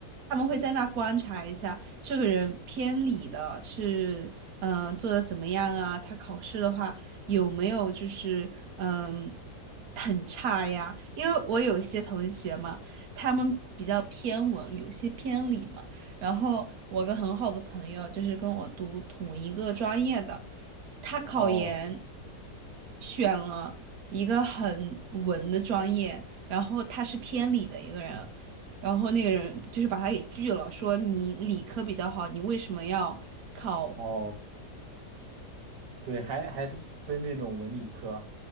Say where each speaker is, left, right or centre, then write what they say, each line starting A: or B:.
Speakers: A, on the right; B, on the right.
A: 他们会在那观察一下这个人偏理的是，嗯、做的怎么样啊？他考试的话有没有就是嗯、很差呀？因为我有一些同学嘛，他们比较偏文，
B: 嗯，
A: 有些偏理嘛。然后我个很好的朋友就是跟我读同一个专业的，他考研。
B: 哦
A: 选了一个很文的专业，然后他是偏理的一个人，然后那个人就是把他给拒了，说你理科比较好，你为什么要考？
B: 哦，对，还还分这种文理科，